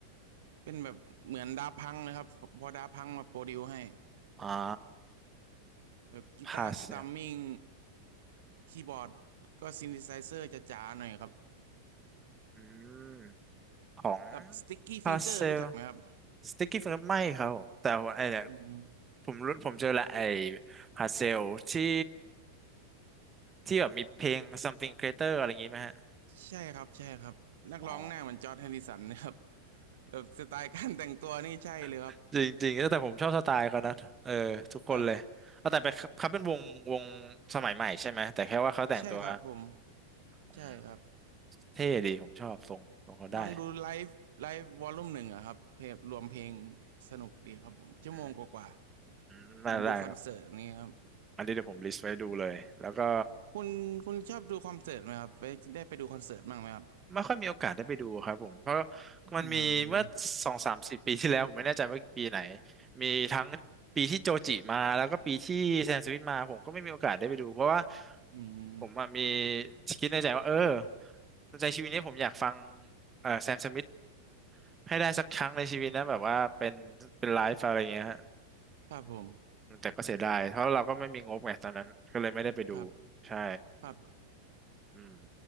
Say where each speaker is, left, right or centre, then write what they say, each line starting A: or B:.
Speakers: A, on the right (about 55°); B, on the right (about 20°).
A: เป็นแบบเหมือนดาพังนะครับพอดาพังมาโปรดิวให้
B: อ่า
A: แบบกีตาร์สตัมมิง
B: Parcel
A: คีย์บอร์ดก็ซินธิไซเซอร์จะจ๋าๆหน่อยครับ
B: อืม ของ
A: กับสติ๊กกี้ฟิงเกอร์รู้จักไหมครับ
B: พาเซลสติ๊กกี้ฟิงเกอร์ไม่ครับผมแต่ว่าไอ้เนี่ย
A: อืม
B: ผมรู้ผมเจอละไอ้พาเซลที่ที่แบบมีเพลง something greater อะไรอย่างงี้ไหมฮะ
A: ใช่ครับใช่ครับนักร้องหน้าเหมือนจอร์จแฮริสันนะครับ
B: อ๋อ
A: แบบสไตล์การแต่งตัวนี่ใช่เลยครับ
B: <laughs> จริงๆแต่ผมชอบสไตล์เขานะเออทุกคนเลยเอาแต่เป็นเขาเป็นวงวง
A: แบบ
B: สมัยใหม่ใช่ไหมแต่แค่ว่าเขาแต่งตัว
A: ใช่ครับผม
B: อืม
A: ใช่ครับ
B: เท่ดีผมชอบทรงทรงเขาได้
A: ลองดูไลฟ์ไลฟ์วอลลุ่มหนึ่งอะครับเพลงรวมเพลงสนุกดีครับผมชั่วโมงกว่า
B: อืมอืมได้ได้ครับ
A: ๆมันดูคอนเสิร์ตนี่ครับ
B: อันนี้เดี๋ยวผมลิสต์ไว้ดูเลยแล้วก็
A: คุณคุณชอบดูคอนเสิร์ตไหมครับไปได้ไปดูคอนเสิร์ตบ้างไหมครับ
B: ไม่ค่อยมีโอกาสได้ไปดูครับผมเพราะมันมีเมื่อสองสามสิบปีที่แล้วผมไม่แน่ใจว่าปีไหน
A: อืม
B: มีทั้งปีที่โจจิมาแล้วก็ปีที่แซมสมิธมาผมก็ไม่มีโอกาสได้ไปดูเพราะว่า
A: อืม
B: ผมอะมีคิดในใจว่าเออในชีวิตนี้ผมอยากฟังเอ่อแซมสมิธให้ได้สักครั้งในชีวิตนะแบบว่าเป็นเป็นไลฟ์อะไรเงี้ยฮะ
A: ครับผม
B: แต่ก็เสียดายเพราะเราก็ไม่มีงบไงตอนนั้นก็เลยไม่ได้ไปดู
A: ครับ
B: ใช่
A: ครับ
B: อืม